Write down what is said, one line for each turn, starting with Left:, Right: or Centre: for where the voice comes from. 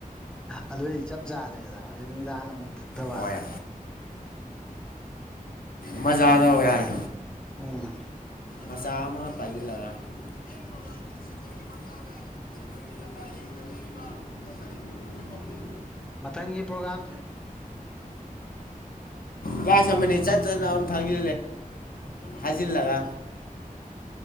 Centre: ꯑꯗꯨ ꯑꯩꯗꯤ ꯆꯞ ꯆꯥꯔꯦꯗ ꯍꯣꯔꯦ ꯅꯨꯃꯤꯗꯥꯡ ꯑꯃꯨꯛ ꯗꯕꯥꯗ
Left: ꯍꯣꯏ ꯃꯖꯥꯗ ꯌꯥꯔ
Centre: ꯎꯝ
Left: ꯃꯆꯥ ꯑꯃꯒ ꯐꯥꯁꯤꯜꯂꯒ ꯦꯟꯗ꯭ꯔꯣꯕ ꯁꯦꯇꯒꯤ ꯃꯈꯥꯗ ꯁꯦꯇꯒꯤ ꯂꯥꯏꯌꯦꯡꯉꯒ ꯂꯩꯔꯤꯕ ꯉꯁꯥꯏ ꯑꯩꯈꯣꯏ ꯄꯣꯕꯤ
Centre: ꯃꯊꯪꯒꯤ ꯄ꯭ꯔꯣꯒꯥꯝꯁꯦ
Left: ꯀꯁ ꯑꯃꯅꯤꯅꯤ ꯆꯠ ꯆꯠ ꯂꯥꯎꯅ ꯊꯥꯡꯕꯤ ꯊꯖꯤꯜ ꯂꯒ